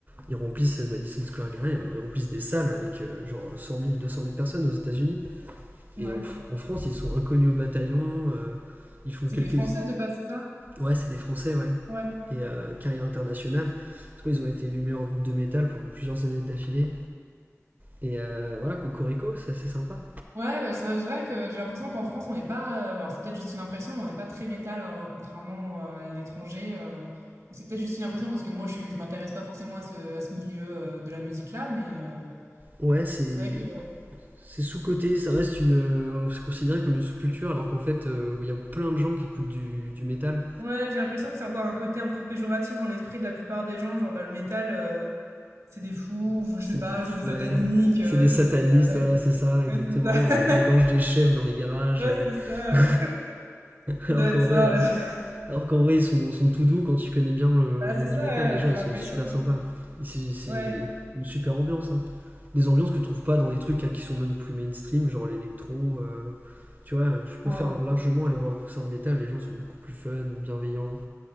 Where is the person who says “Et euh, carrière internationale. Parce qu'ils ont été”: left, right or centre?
Right